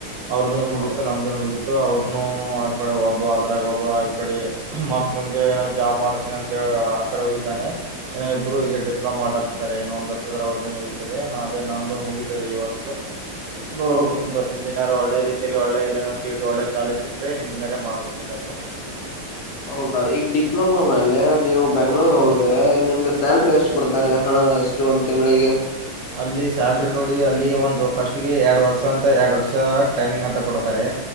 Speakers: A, on the right (about 75°); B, on the left (about 75°).
A: ಅವರ್ದುನು ಮುಗತು
B: ಹೌದು
A: ನಮ್ದನ್ನು ಮುಗೀತು ಅವ್ರ ಇನ್ ಆ ಕಡೆ ಒಬ್ಬ ಅದ್ರಾಗ ಒಬ್ಬ ಈ ಕಡೆ ಮತ್ ಮುಂದೆ ಏನೋ ಜಾಬ್ ಮಾಡತೀನಿ. ಅಂತ ಆ ಕಡೆ ಹೋಗಿದ್ದಾನೆ. ಇನ್ನೂ ಇಬ್ರು ಇದೇ ಡಿಪ್ ಲೋ ಮಾಡ್ಲತ್ತಿದ್ದಾರೆ ಇನ್ನ ಒಂದ್ ವರ್ಷದ ಅವ ಮುಗಿತದೆ ನಾ ಅದೇ ನಂದು ಮುಗಿತದೆ ಈ ವರ್ಷ ನೋಡ್ಬಕ್
B: ಹೌದು
A: ಮುಂದ ಎಂಜಿನಿಯರ್ ಒಳ್ಳೆ ರೀತಿಯಲ್ಲಿ ಒಳ್ಳೆ ಎಲ್ಲನೋ ಸೀಟ್ ಒಳ್ಳೆ ಕಾಲೇಜ್ ಸಿಕ್ಕ್ರೆ ಇಂಜಿನಿಯರೇ ಮಾಡ್ಬೇಕು ಎಲ್ಲಾದ್ರು
B: ಹೌದಾ ಈಗ ಡಿಪ್ಲೊಮೊ ಮೇಲೆ ನೀವು ಬೆಂಗ್ಳೂರ್ ಹೋದ್ರೆ ನಿಮ್ಗೆ ಸ್ಯಾಲ್ರಿ ಎಷ್ಟು ಕೊಡ್ತಾರೆ ಹಣ ಎಷ್ಟು ಒಂದ್ ತಿಂಗಳಿಗೆ
A: ಅಲ್ಲಿ ಸ್ಯಾಲ್ರಿ ನೋಡಿ ಅಲ್ಲಿ ಒಂದು ಫಸ್ಟ್ಗೆ ಎರಡ್ ವರ್ಷ ಅಂತ ಎರಡ್ ವರ್ಷ ಟ್ರೈನಿಂಗ್ ಅಂತ ಕೊಡ್ತಾರೆ